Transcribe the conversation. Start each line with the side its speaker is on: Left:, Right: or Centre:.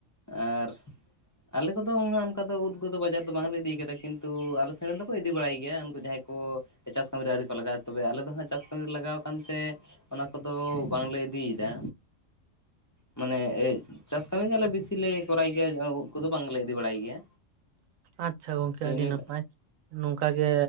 Left: ᱟᱨ ᱟᱞᱮ ᱠᱚᱫᱚ ᱩᱱᱟ. ᱜ ᱚᱱᱠᱟ ᱫᱚ ᱩᱫ ᱠᱚᱫᱚ ᱵᱟᱡᱟᱨ ᱫᱚ ᱵᱟᱝᱞᱮ ᱤᱫᱤ ᱠᱟᱜ᱾ ᱠᱤᱱᱛᱩ ᱟᱞᱮ ᱥᱮᱱ ᱨᱮ ᱫᱚ ᱠᱚ ᱤᱫᱤ ᱵᱟᱲᱟᱭ ᱜᱮᱭᱟ ᱩᱱᱠᱩ ᱡᱟᱦᱟᱸᱭ ᱠᱚ ᱪᱟᱥ ᱠᱟᱹᱢᱤ ᱨᱮ ᱟᱹᱣᱨᱤ ᱠᱚ ᱞᱟᱜᱟᱼᱟ ᱛᱚᱵᱮ ᱟᱞᱮ ᱫᱚ ᱦᱟᱜ ᱪᱟᱥ ᱠᱟᱹᱢᱤ ᱨᱮ ᱞᱟᱜᱟᱣ ᱠᱟᱱᱛᱮ ᱚᱱᱟ ᱠᱚᱫᱚ ᱵᱟᱝᱞᱮ ᱤᱫᱤᱭᱮᱫᱟ ᱢᱟᱱᱮ ᱮᱭ ᱪᱟᱥ ᱠᱟᱹᱢᱤ ᱜᱮ ᱟᱞᱮ ᱵᱤᱥᱤ ᱞᱮ ᱠᱚᱨᱟᱭ ᱜᱮᱭᱟ ᱩᱫ ᱠᱚᱫᱚ ᱵᱟᱝᱞᱮ ᱤᱫᱤ ᱵᱟᱲᱟᱭ ᱜᱮᱭᱟ᱾
Right: ᱟᱪᱪᱷᱟ ᱜᱚᱝᱠᱮ
Left: ᱤᱱᱟᱹ
Right: ᱟᱹᱰᱤ ᱱᱟᱯᱟᱭ ᱱᱚᱝᱠᱟᱜᱮ